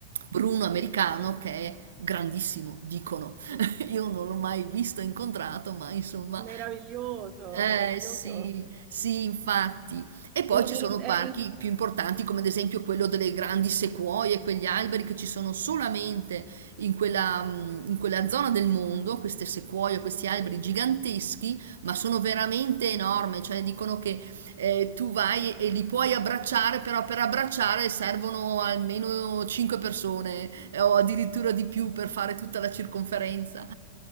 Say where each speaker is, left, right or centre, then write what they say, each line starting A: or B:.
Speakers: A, on the right (about 65°); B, on the right (about 40°).
A: bruno americano, che è grandissimo, dicono.
B: <laughs>
A: <laughs> Io non l'ho mai visto, incontrato, ma insomma
B: Meraviglioso,
A: eh
B: meraviglioso.
A: sì, sì, infatti. E poi
B: In-
A: ci
B: in-
A: sono
B: eh,
A: parchi
B: in-
A: più importanti, come ad esempio quello delle grandi sequoie, quegli alberi che ci sono solamente in quella, mm, in quella zona del mondo, queste sequoie, questi
B: Che meraviglia.
A: alberi giganteschi, ma sono veramente enormi, cioè dicono che eh, tu vai e li puoi abbracciare, però per abbracciare servono almeno 5 persone eh, o addirittura di più per fare tutta la circonferenza.